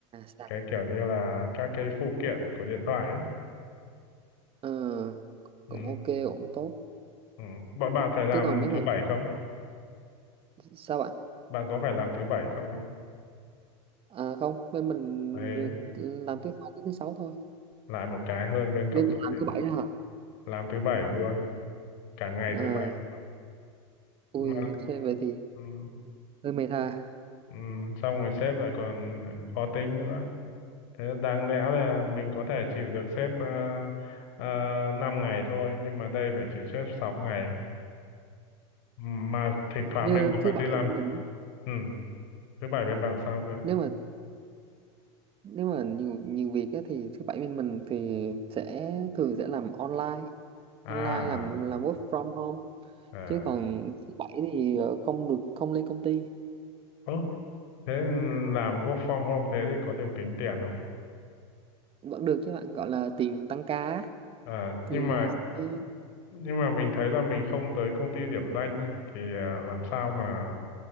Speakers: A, on the right; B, on the left.
A: sạc
B: cái kiểu như là các cái phụ kiện của điện thoại ấy.
A: ờ,
B: Ừ.
A: cũng ok cũng tốt
B: Ừ. Bọn bạn phải làm
A: chứ còn nếu mà
B: thứ bảy không?
A: sao bạn
B: Bạn có phải làm thứ bảy không? ấy?
A: à, không bên mình
B: Đấy,
A: được làm thứ hai tới thứ sáu thôi
B: lại một cái hơn bên
A: bên
B: công ty
A: mình làm
B: mình.
A: thứ bảy đó hả
B: Làm thứ bảy luôn, cả ngày
A: à,
B: thứ bảy luôn.
A: ui
B: Mà
A: thế vậy thì
B: ừ.
A: hơi mệt ha
B: Ừ. Xong rồi sếp lại còn ờ, khó tính nữa. Thế đáng lẽ là mình có thể chịu được sếp ờ, ờ, ngày thôi, nhưng mà đây phải chịu sếp 6 ngày. Mà thỉnh thoảng
A: như
B: mình cũng
A: thứ
B: phải đi
A: bảy
B: làm
A: bên mình
B: ừ. Thứ bảy bên bạn sao cơ?
A: nếu mà nếu mà nhiều nhiều việc á, thì thứ bảy bên mình thì sẽ thường sẽ làm online
B: À,
A: online làm làm work from home
B: à.
A: chứ còn thứ bảy thì ờ, không được không lên công ty
B: Ơ, thế làm work from home thế thì có được tính tiền không
A: vẫn được chứ bạn gọi là tiền tăng ca á.
B: à,
A: thì
B: nhưng mà
A: ừ,
B: nhưng mà mình thấy là mình không tới công ty điểm danh ấy, thì à, làm sao mà